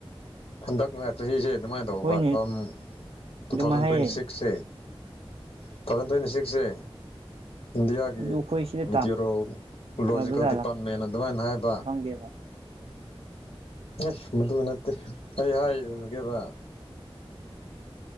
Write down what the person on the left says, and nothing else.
ꯍꯟꯗꯛꯅ ꯆꯍꯤꯁꯦ ꯑꯗꯨꯃꯥꯏꯅ ꯇꯧꯕ
ꯐꯝ ꯇꯨ
ꯊꯥꯎꯖꯟ
ꯇ꯭ꯋꯦꯟꯇꯤ ꯁꯤꯛꯁꯁꯦ ꯇꯨ ꯊꯥꯎꯖꯟ ꯇ꯭ꯋꯦꯟꯇꯤ ꯁꯤꯛꯁꯁꯦ ꯏꯟꯗꯤꯌꯥꯒꯤ
ꯃꯦꯇꯤꯌꯨꯔꯣ
ꯂꯣꯖꯤꯀꯦꯜ
ꯗꯤꯄꯥꯔꯠꯃꯦꯟ ꯑꯗꯨꯃꯥꯏꯅ ꯍꯥꯏꯕ
ꯑꯁ ꯃꯗꯨ ꯅꯠꯇꯦ ꯑꯩ ꯍꯥꯏ ꯑꯗꯨꯒꯦꯕ